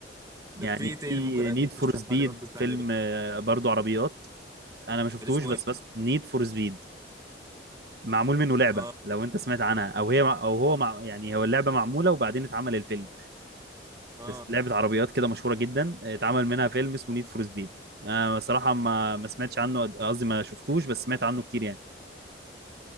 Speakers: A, on the right; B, on the right.
A: يعني
B: طب في إيه تاني
A: في
B: ممكن اشوف
A: نيد فور
B: تشرحها
A: سبيد
B: لي برضه انت
A: فيلم
B: عجبك
A: آه، برضو عربيات انا ما شفتوش
B: كان اسمه
A: بس بس نيد فور سبيد معمول منه لعبه
B: ايه؟
A: لو انت سمعت عنها او هي او هو مع يعني هو اللعبه معموله وبعدين اتعمل الفيلم
B: اه
A: لعبه عربيات كده مشهوره جدا آه، اتعمل منها فيلم اسمه نيد فور سبيد انا صراحه ما ما سمعتش عنه قصدي ما شفتوش بس سمعت عنه كتير يعني